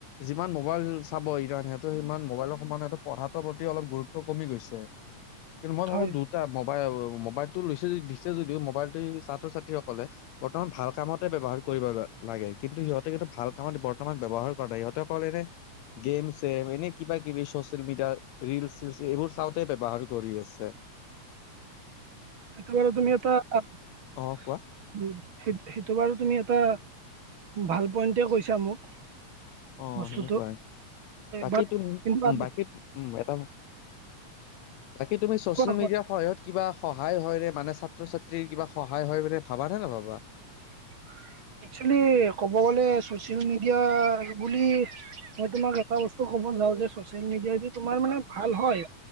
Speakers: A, on the left; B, on the right.
A: যিমান মোবাইল চাব ই কাৰণ সিমান মোবাইলৰ সমানে পঢ়াটোৰ প্ৰতি অলপ গুৰুত্ব কমি গৈছে। কিন্তু মই
B: হয়
A: ভাবো দুটা ম মোবাইলতটো লৈছে দিছে যদিও, মোবাইলটো ছাত্ৰ- ছাত্ৰীসকলে বৰ্তমান ভাল কামতে ব্যৱহাৰ কৰিব লাগে কিন্তু সিহঁতে ভাল কামত বৰ্তমান ব্যৱহাৰ কৰা নাই, সিহঁতক ফল এনে গেম চেম এনে কিবা কিবি চ'চিয়েল মিডিয়াত ৰিলছ- ছিলছ এইবোৰ চাওঁতে ব্যৱহাৰ কৰি আছে।
B: এইটো বাৰু তুমি এটা -
A: অ কোৱা
B: উম। সেই সেইটো বাৰু তুমি এটা ভাল পইণ্টে কৈছা মোক।
A: অ
B: বস্তুটো
A: সেনেকুৱাই বাকী
B: বাট
A: তুনো
B: কিন্তু
A: উম,
B: আজি
A: বাকীত উম, এটা বাকী তুমি ছচিয়েল
B: কোৱা কোৱা
A: মিডিয়াৰ সহায়ত কিবা সহায় হয়নে মানে ছাত্ৰ ছাত্ৰী কিবা সহায় হয় মানে ভাবা নে নাভাবা?
B: <inaudible> একচলি ক'ব গলে ছচিয়েল মিডিয়া বুলি মই তোমাক এটা বস্তু ক <unintelligible> যাওঁ যে ছচিয়েল মিডিয়াদি তোমাৰ মানে ভাল হয়।